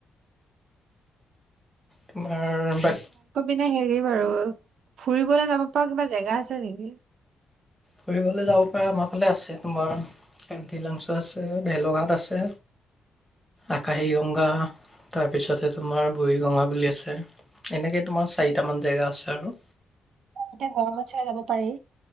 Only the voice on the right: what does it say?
মে হেৰি বাৰু ফুৰিবলৈ যাব পৰা কিবা জেগা আছে নেকি?
অ,
এতিয়া গৰমত চাগে যাব পাৰি?